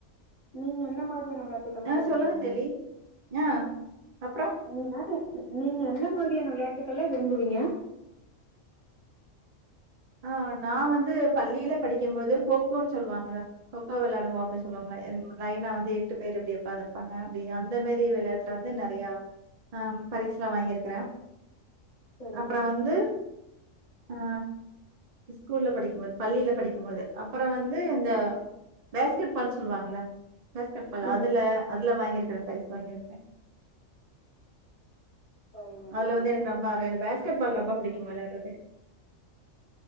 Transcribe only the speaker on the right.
ஆ
சொல்லுங்க தோழி ஆ அப்றோ
ஆ நா வந்து பள்ளியில படிக்கமோது கோக்கோ சொல்வாங்கள கொக்கோ விளையாடுவோ அப்டின் சொல்லுவோம்ல லெனா வந்து எட்டு பேரு இப்டி உக்காந்துருப்பாங்க ப்டி அந்த மேரி விளையாட்ல வந்து நறையா ஆ பரிஸ்லா வாங்கியிருக்கறே
அப்புற வந்து ஆ ஸ்கூல்ல படிக்கும்போது பள்ளியில படிக்கும்போது அப்புற வந்து இந்த பேஸ்கெட்பால் சொல்வாங்கல்ல பேஸ்கெட்பால்
அதுல அதுல வாங்கிருக்கற. பரிசு வாங்கிருக்கே.
அதுல
வந்து எனக்கு ரொம்ப அது எனக்கு பேஸ்கெட்பால் ரொம்ப பிடிக் கு வெளையாட்றது.